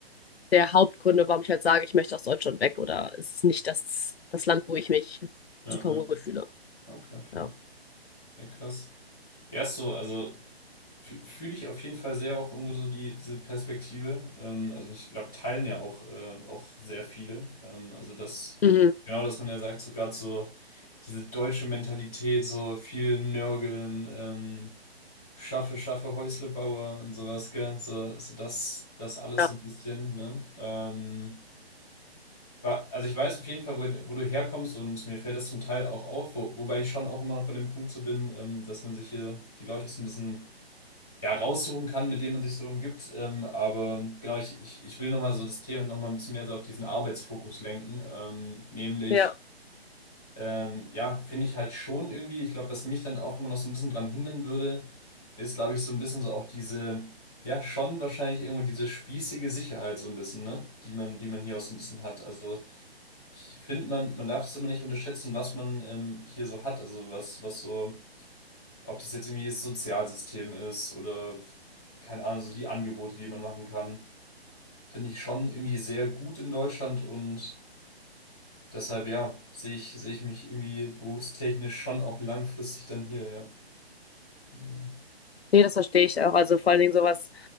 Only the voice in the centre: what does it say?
Ja.
Ja.
Okay, fair.
Ja, krass. Ja, ist so, also. Fü- Fühle ich auf jeden Fall sehr auch irgendwo so die, diese Perspektive. Ähm, also ich glaube, teilen ja auch, äh, auch sehr viele. Ähm, also das,
genau, dass man ja sagt, so gerade so diese deutsche Mentalität, so viel Nörgeln, ähm, schaffe, schaffe, Häusle baue und sowas, gell? So, so das, das alles
so ein bisschen, ne? Ähm, wa- also ich weiß auf jeden Fall, wo, wo du herkommst und mir fällt das zum Teil auch auf, wo, wobei ich schon auch immer noch bei dem Punkt so bin, ähm, dass man sich hier die Leute so ein bisschen ja, raussuchen kann, mit dem man sich so umgibt. Ähm, aber genau, ich, ich, ich will nochmal so das Thema nochmal ein bisschen mehr so auf diesen Arbeitsfokus lenken. Ähm, nämlich,
ähm, ja, finde ich halt schon irgendwie, ich glaube, was mich dann auch immer noch so ein bisschen dran hindern würde, ist, glaube ich, so ein bisschen so auch diese, ja, schon wahrscheinlich irgendwo diese spießige Sicherheit so ein bisschen, ne? Die man, die man hier auch so ein bisschen hat. Also ich finde, man, man darf es immer nicht unterschätzen, was man ähm, hier so hat. Also was, was so. Ob das jetzt irgendwie das Sozialsystem ist oder keine Ahnung, so die Angebote, die man machen kann, finde ich schon irgendwie sehr gut in Deutschland und deshalb ja, sehe ich, sehe ich mich irgendwie berufstechnisch schon auch langfristig dann hier, ja. Genau.